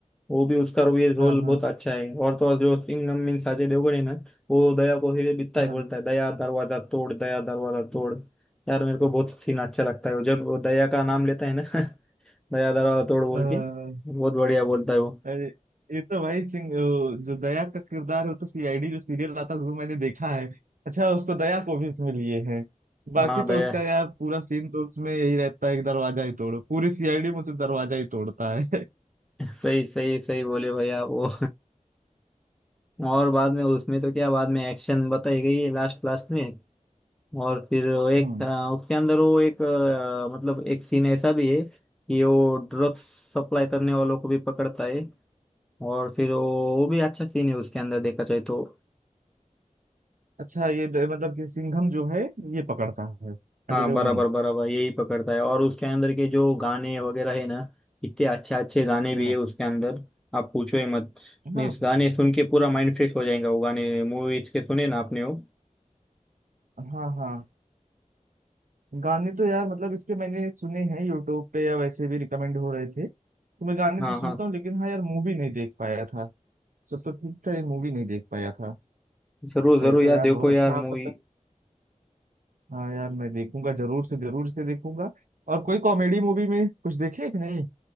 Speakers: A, in the centre; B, on the right.
A: वो भी उसका रो- ये रोल
B: हाँ
A: बहुत अच्छा है और तो और जो सिंघम मीन साजय देवगन है ना वो दया को फिर बिता ही बिकता है,
B: हाँ
A: बोलता है दया दरवाजा तोड़ दया दरवाजा तोड़ यार मेरे को बहुत सीन अच्छा लगता है वो जब वो दया का नाम लेता है ना <laughs> दया दरवाजा तोड़ बोल
B: हाँ
A: के
B: <laughs>
A: बहुत बढ़िया बोलता है वो
B: अरे ये तो भाई सिंह वो जो दया का किरदार है वो तो सीआईडी जो सीरियल आता है वो मैंने देखा है अच्छा उसको दया को भी इसमें लिए हैं बाकी
A: हाँ दया
B: तो उसका यार पूरा सीन तो उसमें यही रहता है कि दरवाजा ही तोड़ो पूरी सीआईडी में सिर्फ दरवाजा ही तोड़ता है
A: <laughs> सही सही सही बोले भैया आप वो <laughs> और बाद में उसमें तो क्या बाद में एक्शन बताई गई है लास्ट लास्ट में और फिर वो एक
B: हम्म
A: अ, उसके अंदर वो एक अ, मतलब एक सीन ऐसा भी है कि वो ड्रग्स सप्लाई करने वालों को भी पकड़ता है और फिर वो वो भी अच्छा सीन है उसके अंदर देखा जाए तो
B: अच्छा ये द- मतलब कि सिंघम जो है ये पकड़ता है अजय
A: हाँ
B: देवगन
A: बराबर बराबर यही पकड़ता है और उसके अंदर के जो गाने वगैरह है ना इतने अच्छे अच्छे गाने भी
B: हाँ
A: है उसके अंदर आप पूछो ही मत नहीं
B: हाँ
A: इस गाने सुन के पूरा माइंड फ्रेश हो जाएगा वो गाने मूवीज के सुने ना आपने वो
B: हाँ हाँ गाने तो यार मतलब इसके मैंने सुने हैं यूट्यूब पे या वैसे भी रिकमेंड हो रहे थे तो मैं गाने
A: हाँ
B: तो सुनता
A: हाँ
B: हूँ लेकिन हाँ यार मूवी नहीं देख पाया था सब तो ठीक था ये मूवी नहीं देख पाया था
A: जरूर
B: तो,
A: जरूर
B: तो
A: यार
B: यार
A: देखो
B: बहुत अच्छा
A: यार
B: आप
A: मूवी
B: पता हाँ यार मैं देखूंगा जरूर से जरूर से देखूंगा और कोई कॉमेडी मूवी में कुछ देखे कि नहीं